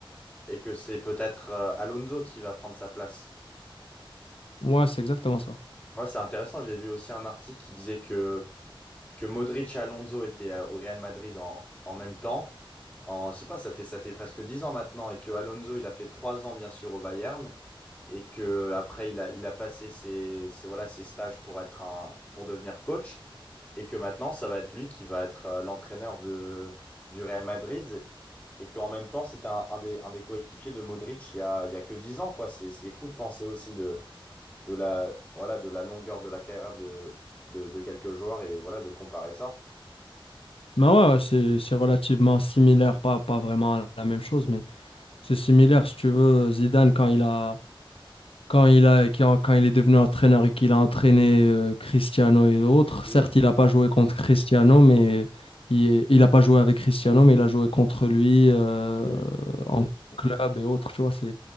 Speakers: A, on the left (about 15°); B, on the left (about 85°).
A: Et que c'est peut-être euh, Alonso qui va prendre sa place.
B: Ouais, c'est exactement ça.
A: Ouais, c'est intéressant, j'ai vu aussi un article qui disait que. que Modric et Alonso étaient euh, au Real Madrid en, en même temps. En, je sais pas, ça fait, ça fait presque 10 ans maintenant et que Alonso, il a fait 3 ans bien sûr au Bayern et que après il a, il a passé ses, ses- voilà, ses stages pour être un, pour devenir coach et que maintenant ça va être lui qui va être euh, l'entraîneur de, du Real Madrid et qu'en même temps c'était un, un des, un des coéquipiers de Modric il y a, il y a que 10 ans quoi. C'est, c'est fou de penser aussi de, de la, voilà, de la longueur de la carrière de, de, de quelques joueurs et voilà de comparer ça.
B: Mais ouais, ouais, c'est, c'est relativement similaire, pas, pas vraiment la même chose, mais c'est similaire. Si tu veux, Zidane, quand il a quand il a, qui quand il est devenu entraîneur et qu'il a entraîné euh, Cristiano et d'autres,
A: Oui,
B: certes,
A: ça
B: il n'a
A: va.
B: pas joué contre Cristiano, mais il, il a pas joué avec Cristiano, mais il a joué contre lui euh,
A: Oui, oui.
B: en club et autres. Tu vois, c'est, il